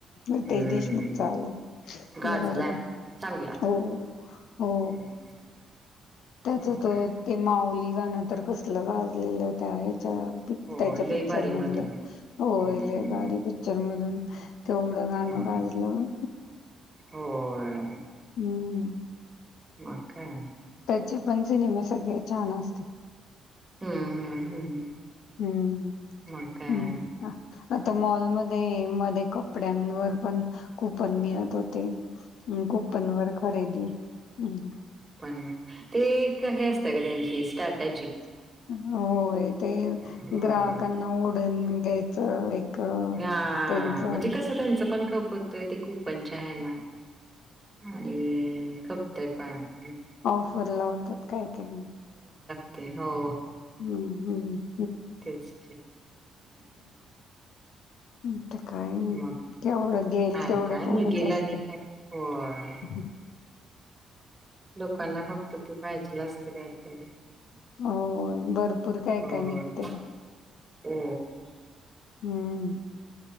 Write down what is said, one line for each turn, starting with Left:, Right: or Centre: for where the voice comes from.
Left: रितेश
Right: हम्म
Left: देशमुखचा आलंय
Right: गाजला
Left: बरोबर आहे
Right: चांगला
Left: हो हो
Right: हम्म,
Left: त्याच
Right: मग
Left: त
Right: काय
Left: ते माऊली गाणं तर कसल गाजलेलं त्या हच्या
Right: हो
Left: त्याच्या
Right: लई
Left: पिक्चर
Right: भारी
Left: मधलं
Right: मधून
Left: होल
Right: हम्म
Left: भारी पिक्चर मधून तेवढं गाणं
Right: हा
Left: गाजलं
Right: होय
Left: हम्
Right: म काय
Left: चे पण सिनेमे सगळे छान असतात
Right: हम्म हम्म हम्म
Left: हम्म
Right: म काय
Left: हम्म आ- आता मॉलमध्ये मध्ये कपड्यांवर पण कूपन मिळत होते कुपन वर खरेदी हम
Right: न ते एक हे अस सगळ्याची स्ट्रॅटजी
Left: हो ते
Right: होय
Left: ग्राहकांना ओढून घ्यायचं एक
Right: हा
Left: त्यांच
Right: म्हणजे कसं त्यांचं पण खप होतंय ते कुपनच्या आहे ना आणि खपतय पण
Left: ऑफर लावतात काय काय
Right: ते हो
Left: हम्म हम्
Right: तेच
Left: <unintelligible> काही
Right: मग
Left: केवढं गेईल
Right: काय
Left: तेवढं
Right: काय
Left: तेवढच
Right: निघेल
Left: असत
Right: आणि
Left: होक
Right: काय. होय. लोकांना फक्त ते पाहिजे असते का क
Left: हो भरपूर काय
Right: होय.
Left: काय निघत
Right: हो.
Left: हम्म